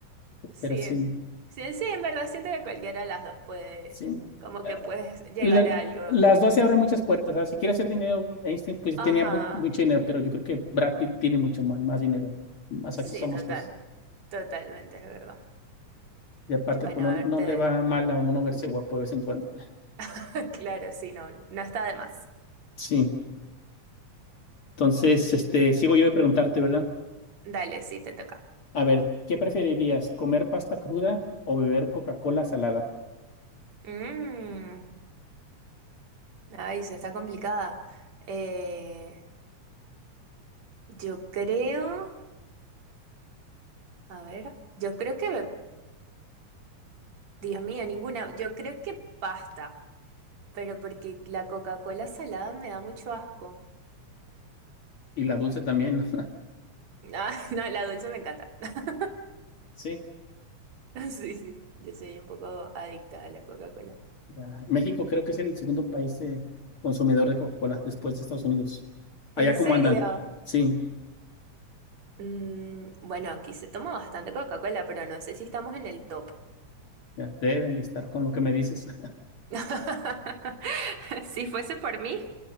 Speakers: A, on the right; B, on the left.
A: sí,
B: pero sin,
A: en- sí, sí, en verdad siento que cualquiera de las dos puede,
B: sin,
A: como
B: eh,
A: que puedes llegar
B: la-
A: a algo.
B: las dos se abren muchas puertas. ¿sabes? Si quiere hacer dinero, Einstein pues
A: Ajá,
B: tenía mu- mucho dinero, pero yo creo que Brad Pitt tiene mucho más, más dinero, más
A: sí,
B: acceso a más
A: total,
B: cosas.
A: totalmente, es verdad.
B: Y aparte,
A: Bueno,
B: pues no,
A: a
B: no
A: verte,
B: le va mal a uno verse guapo de vez en cuando.
A: <laughs> claro, sí, no, no está de más.
B: Sí. Entonces, este, sigo yo de preguntarte, ¿verdad?
A: Dale, sí, te toca.
B: A ver, ¿qué preferirías? ¿Comer pasta cruda o beber Coca-Cola salada?
A: Mm, ay, se está complicada. Eh, yo creo, a ver, yo creo que Dios mío, ninguna. Yo creo que pasta, pero porque la Coca-Cola salada me da mucho asco.
B: Y la dulce también. <laughs> ¿no?
A: Ah, <laughs> no, la dulce me encanta. <laughs>
B: Sí,
A: Sí, sí, yo soy un poco adicta a la Coca-Cola.
B: Ya. México creo que es el segundo país eh, consumidor de Coca-Cola después de Estados Unidos. Allá
A: ¿En
B: cómo
A: serio?
B: andan. Sí,
A: Mm, bueno, aquí se toma bastante Coca-Cola, pero no sé si estamos en el top.
B: ya, deben de estar con lo que me dices. <laughs>
A: <laughs> Si fuese por mí,